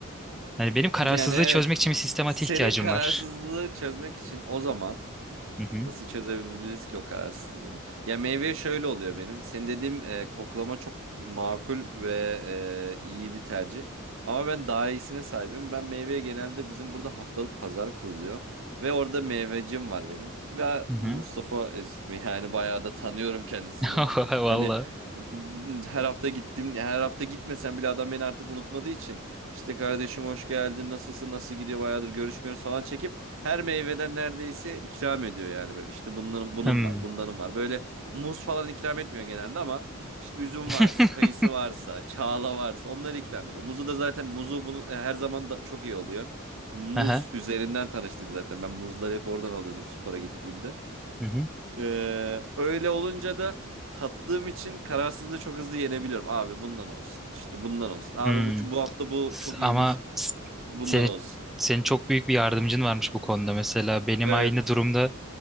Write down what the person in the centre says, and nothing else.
Yani benim kararsızlığı
çözmek için bir sistematiğe
ihtiyacım
var.
Hı hı.
Hı
hı.
<laughs> Valla.
Hmm.
<laughs>
Aha.
Hı hı.
Hmm.
S-
Ama s-
senin
senin çok büyük bir yardımcın varmış bu konuda mesela. Benim
aynı durumda